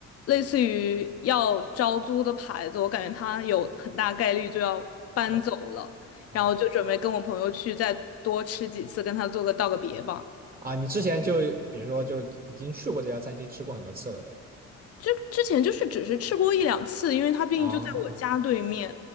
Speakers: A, on the left (about 50°); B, on the right (about 30°).
A: 类似于要招租的牌子，我感觉他有很大概率就要搬走了，
B: 啊
A: 然后就准备跟我朋友去再多吃几次，
B: 啊
A: 跟他做个道个别吧。
B: 啊，你之前就比如说就已经去过这家餐厅吃过很多次了，对吧？
A: 就之前就是只是吃过一两次，因为他毕竟就在我家对面，
B: 啊，